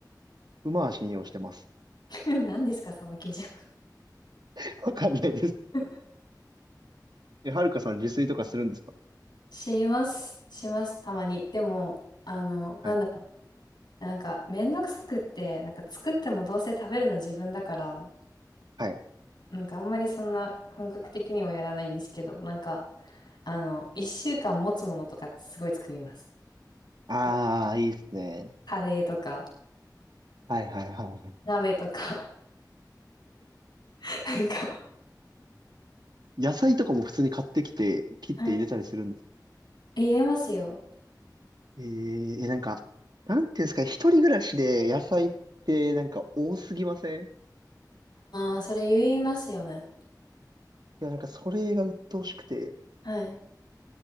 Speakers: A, on the right; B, on the left.
A: 馬は信用してます。
B: <laughs> 何ですか、その基準。
A: <laughs> わかんないです。
B: <laughs>
A: え、はるかさん自炊とかするんですか
B: します、します、たまに。でも、あの、なんだろう。
A: はい。
B: なんか、めんどくさくって、なんか作ってもどうせ食べるの自分だから、
A: はい。
B: なんかあんまりそんな本格的にはやらないんですけど、なんか、あの、一週間持つものとかすごい作ります。
A: ああ、
B: で
A: いいですね。
B: カレーとか、
A: はいはいはいはい。
B: 鍋とか、<laughs> なんか
A: 野菜とかも普通に買ってきて、切って入れたりするんです。
B: はいえ、入れますよ。
A: えー、えなんか、なんていうんですかね、一人暮らしで野菜ってなんか多すぎませんい
B: ああ、それ言いますよね。
A: や、なんかそれが鬱陶しくて、
B: はい。